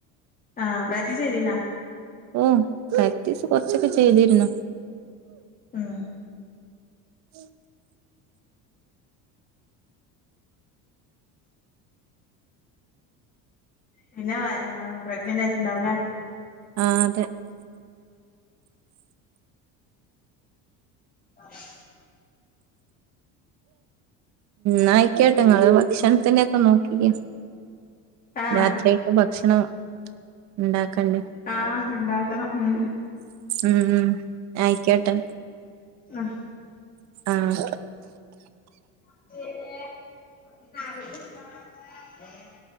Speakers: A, on the left (about 25°); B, on the right (about 50°).
A: ആഹ് പ്രാക്ടീസ്യ്തിന്യോ
B: ഓ പ്രാക്ടീസ് കൊറച്ചൊക്കെ ചെയ്തിരുന്നു
A: ഉം
B: ഉ
A: പിന്നെ പ്രഗ്നന്റ് ആയിട്ടുണ്ടാവലേ
B: ആ അതെ
A: ആഹ്
B: യിക്കാട്ടെങ്ങ ഭക്ഷണത്തിന്റെ ഒക്കെ നോക്കിക്ക
A: ആഹ്
B: രാത്രയൊക്കെ ഭക്ഷണം ഉണ്ടാക്കണ്ടേ
A: ആഹ് ഉണ്ടാകണം ഉം
B: ഉം ആയിക്കോട്ടെ
A: ആഹ്
B: ആഹ്
A: പിന്നെ